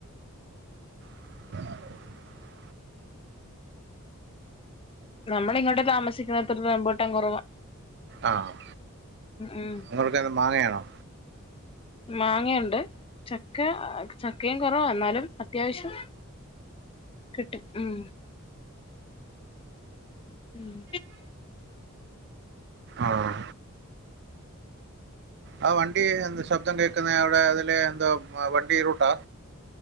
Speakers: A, on the right; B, on the left.
A: <inaudible>
B: നമ്മള് ഇങ്ങോട്ട് താമസിക്കുന്നേടാത്ത് റെബുട്ടാൻ കൊറവാ
A: ആഹ്
B: ഉം
A: അങ്ങോട്ടൊക്കെ എന്നാ മാങ്ങയാണോ
B: മാങ്ങയൊണ്ട് ചക്ക ചക്കയും കൊറവാ എന്നാലും അത്യാവിശ്യം കിട്ടും ഉം ഉം
A: ആഹ് ആഹ് വണ്ടി എന്താ ശബ്ദം കേക്ക്ന്നേ അവടെ അതിലേ എന്തോ വ വണ്ടി റുട്ടാ